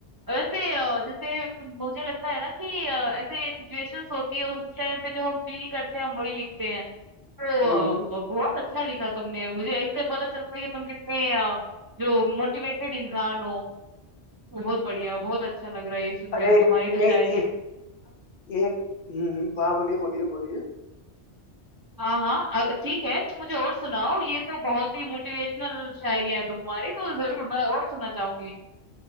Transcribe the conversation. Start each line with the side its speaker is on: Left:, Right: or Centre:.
Right: वैसे अ, जैसे मुझे लगता है ना कि अ, ऐसे सिचुएशंस होती है उस टाइम पे जो हम फील करते हैं हम वही लिखते हैं तो
Left: हम्म
Right: अ, बहुत अच्छा लिखा तुमने मुझे इससे पता चलता है कि तुम कितने अ, जो मोटिवेटेड इंसान हो बहुत बढ़िया बहुत अच्छा लग रहा है ये सुन के
Left: अरे
Right: तो तुम्हारी
Left: ए,
Right: तो शायरी
Left: ए, एक हम्म वाह बोलिए बोलिए बोलिए
Right: हाँ हाँ अ- ठीक है तो मुझे और सुनाओ ये तो बहुत ही मोटिवेशनल शायरियां है तुम्हारी तो जरूर मैं और सुनना चाहूंगी